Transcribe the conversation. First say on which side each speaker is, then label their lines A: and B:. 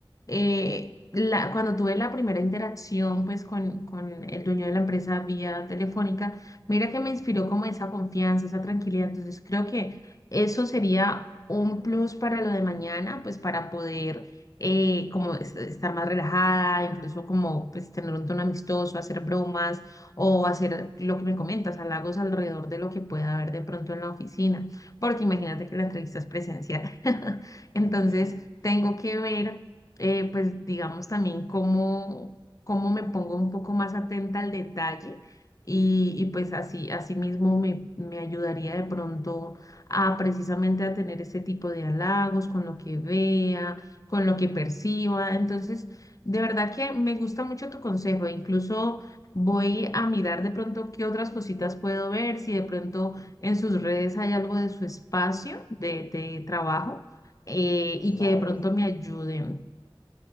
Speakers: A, on the left; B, on the left.
A: eh, la, cuando tuve la primera interacción pues con, con el dueño de la empresa vía telefónica, mira que me
B: Sí.
A: inspiró como esa confianza, esa tranquilidad. Entonces creo que eso sería un plus para lo de mañana, pues para poder eh, como es- estar más relajada, incluso como pues tener un tono amistoso, hacer bromas o hacer lo que me comentas, halagos alrededor de lo que pueda haber de pronto en la oficina, porque imagínate que la entrevista es presencial. <laughs>
B: <laughs>
A: Entonces tengo que ver eh, pues digamos también cómo, cómo me pongo un poco más atenta al detalle y, y pues así, así mismo me, me ayudaría de pronto a precisamente a tener ese tipo de halagos con lo que vea, con lo que perciba. Entonces, de verdad que me gusta mucho tu consejo, e incluso... Voy a mirar de pronto qué otras cositas puedo ver, si de pronto en sus redes hay algo de su espacio de, de trabajo eh,
B: Claro,
A: y que de pronto me ayuden.